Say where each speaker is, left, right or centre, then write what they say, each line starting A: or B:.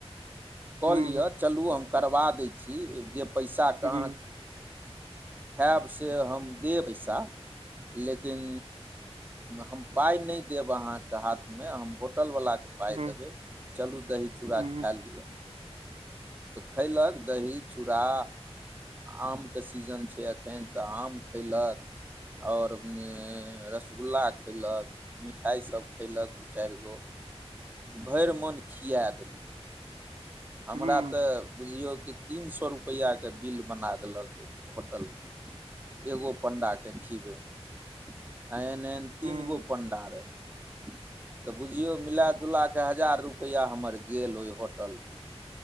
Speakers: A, on the right; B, on the right.
A: हूं
B: लिय चलु हम करवा दहि छी पैसाके
A: हूं
B: अहाँ
A: हूं
B: खायब से हम देब पैसा लेकिन हम पाइ नहि देब अहाँके हाथमे हम होटलवलाके पाइ
A: हूं हूं
B: देबै चलू दही चूड़ा
A: हूं
B: खाए लिअ तऽ खैलक दही चूड़ा आम के सीजन छै अखन तऽ आम खयलक आओर रसगुल्ला खैलक मिठाइसभ खयलक दू चारि गो भरि मोन खिया देलियै हमरा
A: हूं
B: तऽ बुझियौ कि तीन सए रुपैआके बिल बना देलक होटल म एगो पण्डाकेँ खिबै आ एहन एहन तीन
A: हूं
B: गो पण्डा रहय तऽ बुझियौ मिलााजुला कऽ हजार रुपैआ हमर गेल ओहि होटलमे